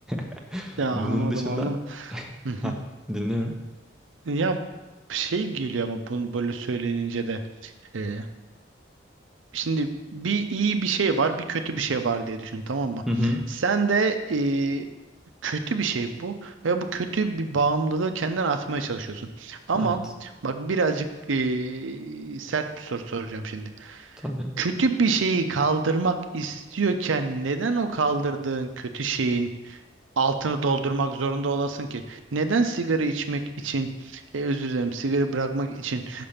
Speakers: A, in the centre; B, on the right.
A: <laughs>
B: Ya anladım
A: Bunun dışında
B: anladım. Hı hı.
A: ha dinliyorum.
B: Ya şey geliyor ama bunu böyle söylenince de. E, Şimdi bir iyi bir şey var, bir kötü bir şey var diye düşün, tamam mı?
A: Hı hı.
B: Sen de e, kötü bir şey bu ve bu kötü bir bağımlılığı kendine atmaya çalışıyorsun. Ama
A: Evet
B: bak birazcık e, sert bir soru soracağım şimdi.
A: tabii.
B: Kötü bir şeyi kaldırmak istiyorken neden o kaldırdığın kötü şeyin altını doldurmak zorunda olasın ki? Neden sigara içmek için, e, özür dilerim, sigara bırakmak için